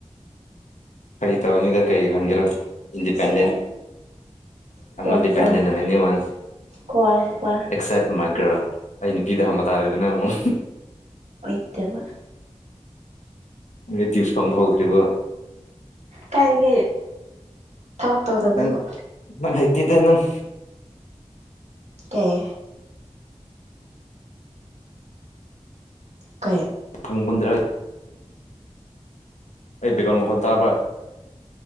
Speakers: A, on the left; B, on the right.
A: ꯐꯥꯒꯤ ꯇꯧꯅꯤꯗ ꯀꯔꯤ ꯍꯪꯒꯦꯔꯣ ꯏꯟꯗꯤꯄꯦꯟꯗꯦꯟ
B: ꯁꯦꯁ
A: ꯑꯥꯏ ꯑꯦꯝ
B: ꯀ꯭ꯋꯥ
A: ꯅꯣꯠ ꯗꯤꯄꯦꯟꯗꯦꯟꯠ
B: ꯀ꯭ꯋꯥ
A: ꯑꯦꯠ ꯑꯦꯅꯤꯋꯥꯟ
B: ꯀ꯭ꯋꯥ ꯀ꯭ꯋꯥ
A: ꯑꯦꯛꯁꯦꯞ ꯃꯥꯏ ꯒꯔꯜ ꯑꯩ ꯅꯨꯄꯤꯗ ꯍꯪꯕ ꯇꯥꯔꯦꯗꯅ ꯑꯃꯨꯛ
B: ꯑꯣꯏꯗꯕ
A: ꯅꯣꯏ ꯇꯤꯞꯁ ꯐꯪꯕ ꯍꯧꯗ꯭ꯔꯤꯕꯣ
B: ꯀꯥꯏꯗꯒꯤ ꯊꯕꯛ ꯇꯧꯗꯕꯗꯨꯕꯨ
A: ꯅꯪ ꯅꯪ ꯍꯩꯇꯦꯗ ꯅꯪ
B: ꯀꯩ ꯀꯩ
A: ꯐꯪꯕꯟꯗ꯭ꯔ ꯑꯩ ꯕꯦꯛꯒꯥꯎꯟ ꯃꯈꯣꯟ ꯇꯥꯕ꯭ꯔꯥ